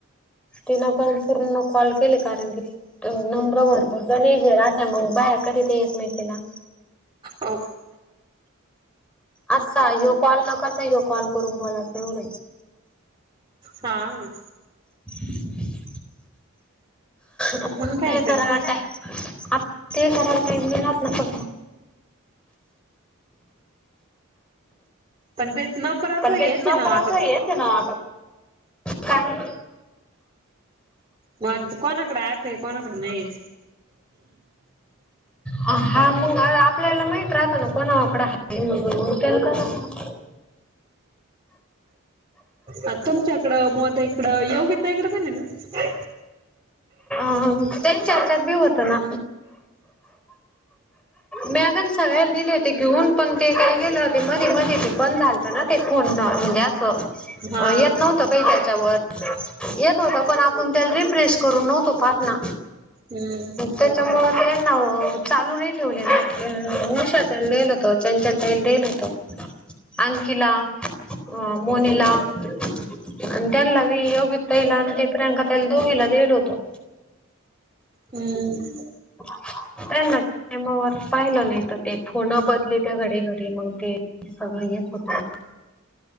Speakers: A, in the centre; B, on the right.
A: तिन पण पूर्ण कॉल केली कारण की ती नम्र भरपूरचा नजे राह मग बाहेर करी ते एकमेकीला.
B: हो.
A: असा हा कॉल न करता हा कॉल करून बोलायचं एवढंच.
B: हा.
A: <unintelligible> आपण
B: मग काय
A: ते करावा
B: तर
A: टाई आप ते करावा टाईम मिलात न प
B: पण तेच ना.
A: पण तेच नंबरच
B: आता
A: ना काही.
B: मग कोणाकडे ऍप आहे कोणाकडे नाही.
A: ह <unintelligible> हा मग आपल्याला माहित राहत ना कोणावाकडे आहे माणसं मग त्याला कराव.
B: आ तुमच्याकडं मुआ ताईकडे योगी ताईकडे पण आहे ना.
A: आ त्यांच्या ह्याच्यात भी होत ना. मी अगं सगळ्यांना दिले होते घेऊन पण ते काही गेले ते मधेमधे बंद झाले. ना ते फोन म्हणजे असं
B: हा
A: येत नव्हतं काही त्याच्यावर. येत होत पण आपण त्याला रिफ्रेश करून नव्हतो पाठना.
B: हम्म.
A: त्याच्यामुळ तेना चालू नाही ठेवले ना उशत डेल होत चंचलताईल डडील होतं. अंकिला अ मोनिला. अ तेला बि योगीता ताइला अणी ते प्रियांका ताईल दोघीला दिलेलो होतो.
B: हम्म.
A: का ना त्यामावर पाहिलं नाही तर ते फोन बदली त्या घरी घरी मग ते. सगळ येत होतं.